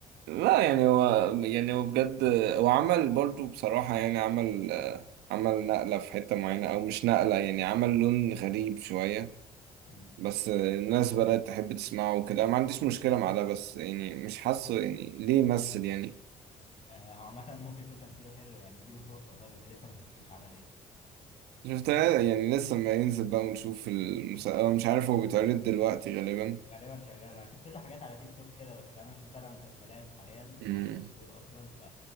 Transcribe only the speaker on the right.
لا يعني هو يعني هو بجد هو عمل برضو بصراحة يعني عمل آه، عمل نقلة في حتة معينة او مش نقلة يعني عمل لون غريب شوية
بس الناس بدأت تحب تسمعه وكده ما عنديش مشكلة مع ده بس يعني مش حاسه يعني ليه يمثل يعني
شفتها يعني لسه ما ينزل بقى ونشوف المسلسل مش عارف هو بيتعرض دلوقتي غالبا
امم